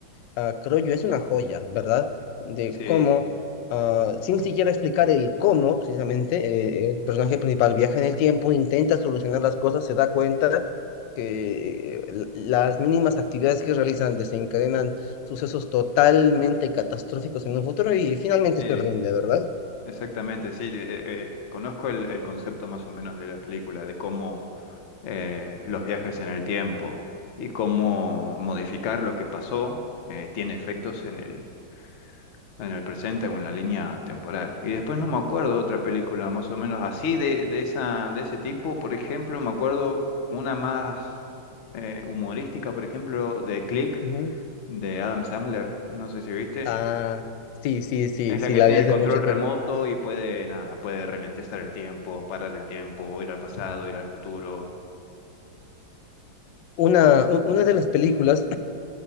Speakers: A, on the left; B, on the left.
A: ah, creo yo, es una joya, ¿verdad? De
B: Sí,
A: cómo, ah, sin siquiera explicar el cómo, precisamente, eh, el personaje principal viaja en el tiempo, intenta solucionar las cosas, se da cuenta que eh, l- las mínimas actividades que realizan desencadenan sucesos totalmente catastróficos en un futuro y finalmente
B: sí,
A: se rinde, ¿verdad?
B: exactamente, sí, eh, eh, conozco el el concepto más o menos de la película, de cómo eh, los viajes en el tiempo y cómo modificar lo que pasó eh, tiene efectos en el, en el presente o en la línea temporal. Y después no me acuerdo otra película más o menos así de, de esa, de ese tipo. Por ejemplo, me acuerdo una más eh, humorística, por ejemplo, de Click,
A: Ujú.
B: de Adam Sandler. No sé si viste.
A: Ah, sí, sí, sí,
B: Es la
A: sí,
B: que
A: la
B: tiene
A: vi hace
B: el control
A: mucho tiempo.
B: remoto y puede, nada, puede ralentizar el tiempo, parar el tiempo, ir al pasado, ir al futuro.
A: Una, u- una de las películas,